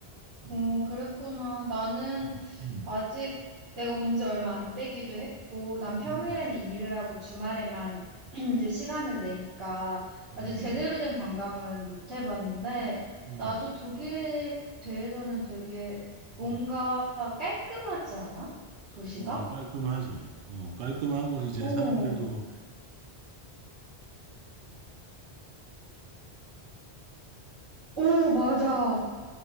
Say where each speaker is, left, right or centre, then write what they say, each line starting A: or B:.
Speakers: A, on the right; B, on the right.
A: 음,
B: 음, 그랬구나. 나는
A: 음, 음,
B: 아직 내가 온지 얼마 안 되기도 했고, 난 평일에는
A: 음,
B: 일을 하고 주말에만 <clears throat> 이제 시간을 내니까
A: 음,
B: 아직 제대로 된 관광은 못 해봤는데,
A: 음,
B: 나도 독일에 대해서는 되게 뭔가
A: 음.
B: 깔끔하지 않아? 도시가?
A: 어, 깔끔하지. 어, 깔끔하고 이제
B: 오,
A: 사람들도
B: 오, 맞아.